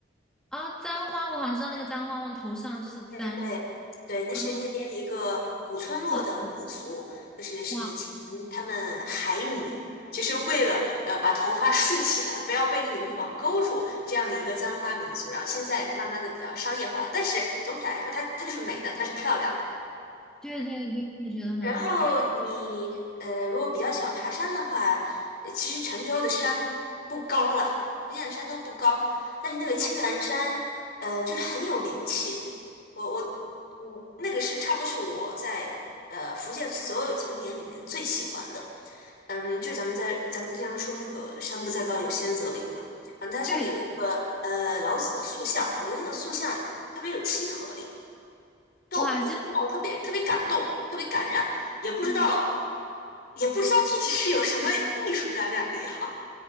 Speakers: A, in the centre; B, on the left.
A: 哦，簪花，我好像知道那个簪花往头上就是簪
B: 哎对，对，那是那边一个古村落的民俗，
A: 啊，特色
B: 就是是以前他们海女。
A: 哇，
B: 就是为了呃把头发竖起来，不要被那个渔网勾住，这样的一个簪花民俗。然后现在慢慢的比较商业化了，但是总体来说它它就是美的，它是漂亮的。
A: 对对对，我也觉得很美。
B: 然后你呃，如果比较喜欢爬山的话，呃其实泉州的山不高了，福建的山都不高，但是那个青鸾山，
A: 啊。
B: 嗯、就是很有灵气。我我我那个是差不多是我在呃福建所有景点里面最喜欢的。嗯，就咱们在咱们经常说那个“山不在高，有仙则灵”嘛，然后它上面有一个呃老子的塑像，
A: 对
B: 我觉得那个塑像特别有亲和力。动，
A: 哇，就
B: 我看到特别特别感动，特别感染，也不知道
A: 嗯
B: 也不知道具体是有什么艺术感染力哈、